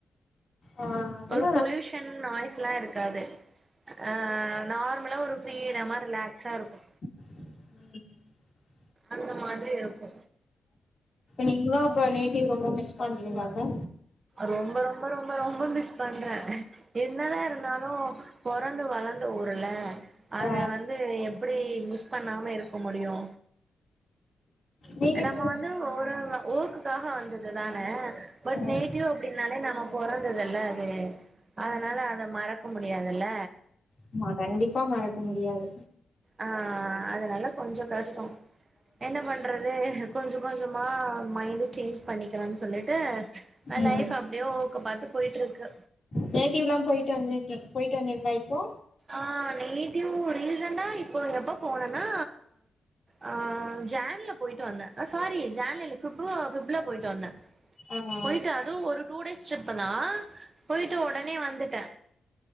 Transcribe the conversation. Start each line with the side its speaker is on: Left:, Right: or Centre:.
Left: ஆ அதெல்லா
Right: ஒரு பொல்யூஷ் ஷன் நாய்ஸ்ல்லா இருக்காது அ நார்மலா ஒரு ஃப்ரீடமா ரிலாக்ஸாருக்கு
Left: உ
Right: அந்த மாதிரி இருக்கு
Left: நீங்ளு அப்ப நேட்டிவ் ரொம்ப மிஸ் பண்றீங்ள அப்போ
Right: ரொம்ப ரொம்ப ரொம்ப ரொம்ப மிஸ் பண்றே என்னதா இருந்தாலு பொறந்து வளந்த ஊருல அத
Left: ஆ
Right: வந்து எப்டி மிஸ் பண்ணாம இருக்க முடியு
Left: நீங்க
Right: நம்ம
Left: சொல்
Right: வந்து ஒரு ல்ல ஓர்க்குக்காக வந்தது தான பட்
Left: ஆமா
Right: நேட்டிவ் அப்டின்னாலே நம்ம பொறந்ததில்ல அது அதனால அத மறக்க முடியாதுல்ல
Left: ஆமா கண்டிப்பா மறக்க முடியாது
Right: அ அதனால கொஞ்சொ கஷ்டொ என்ன பண்றது கொஞ்சொ கொஞ்சமா மைண்ட் சேஞ்ச் பண்ணிக்கலான் சொல்லிட்டு அ
Left: ம்
Right: லைஃப் அப்டே ஓர்க்க பாத்து பொய்ட்டுருக்கு
Left: நேட்டீவ்ல்லா பொய்ட்டு வந்திர்க் பொய்ட்டு வந்தீங்ளா இப்போ
Right: அ நேட்டிவ் ரீசனா எப்பொ எப்பொ போனனா ஆ ஜேன்ல பொய்ட்டு வந்த அ சாரி ஜேன்ல இல்ல ஃபிப்பு ஃபிப்ல பொய்ட்டு வந்த
Left: ஆ
Right: பொய்ட்டு அது ஒரு டூ டேஸ் ட்ரிப்புதா பொய்ட்டு ஒடனே வந்துட்டே